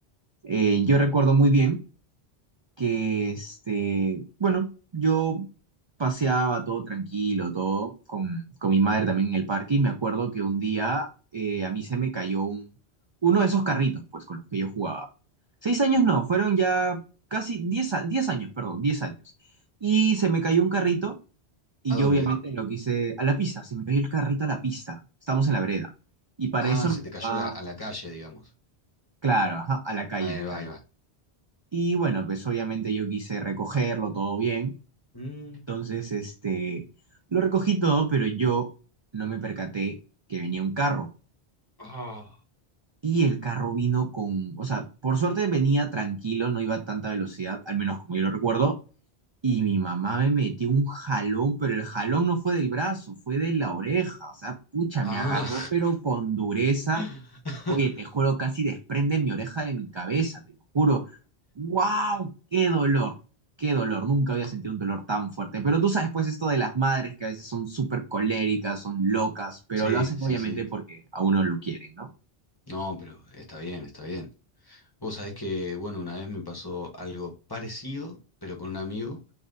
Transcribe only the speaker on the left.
¿A
dónde?
Ah,
se
te cayó
la- a la calle, digamos.
Ahí
va,
ahí va.
Mm,
Ah,
Ah.
<laughs>
Sí,
sí,
sí.
No, pero está bien, está bien. Vos sabés que, bueno, una vez me pasó algo parecido, pero con un amigo.